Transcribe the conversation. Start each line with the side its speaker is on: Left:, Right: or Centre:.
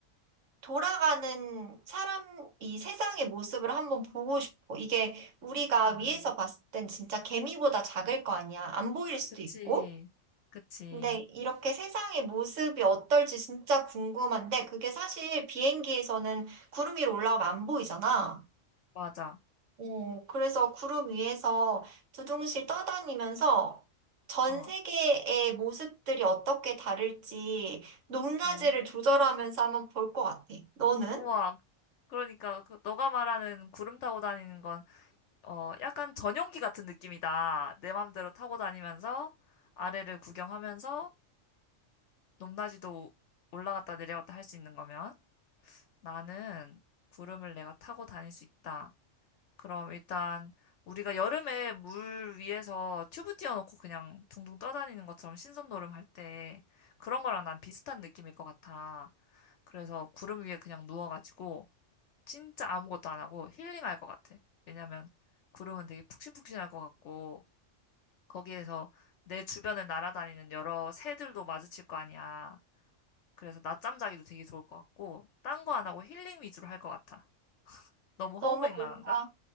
Right: 돌아가는 사람, 이 세상의 모습을 한번 보고 싶어. 이게 우리가
Left: 아,
Right: 위에서 봤을 땐 진짜 개미보다 작을 거 아니야. 안 보일 수도
Left: 그치,
Right: 있고.
Left: 그치,
Right: 근데 이렇게 세상의 모습이 어떨지 진짜 궁금한데, 그게 사실 비행기에서는 구름 위로 올라가면 안 보이잖아.
Left: 맞아.
Right: 어, 그래서 구름 위에서 두둥실 떠다니면서 전
Left: 어,
Right: 세계의 모습들이 어떻게 다를지 높낮이를
Left: 어.
Right: 조절하면서 한번 볼 것 같아. 너는?
Left: 우와, 그러니까 그 너가 말하는 구름 타고 다니는 건 어, 약간 전용기 같은 느낌이다. 내 맘대로 타고 다니면서 아래를 구경하면서 높낮이도 올라갔다 내려갔다 할 수 있는 거면 나는 구름을 내가 타고 다닐 수 있다. 그럼 일단 우리가 여름에 물 위에서 튜브 띄워놓고 그냥 둥둥 떠다니는 것처럼 신선놀음 할 때 그런 거랑 난 비슷한 느낌일 것 같아. 그래서 구름 위에 그냥 누워가지고 진짜 아무것도 안 하고 힐링할 것 같아. 왜냐면 구름은 되게 푹신푹신할 것 같고 거기에서 내 주변을 날아다니는 여러 새들도 마주칠 거 아니야. 그래서 낮잠 자기도 되게 좋을 것 같고 딴 거 안 하고 힐링 위주로 할 것 같아. 너무
Right: 너무
Left: 허우맹랑한가?
Right: 뭔가,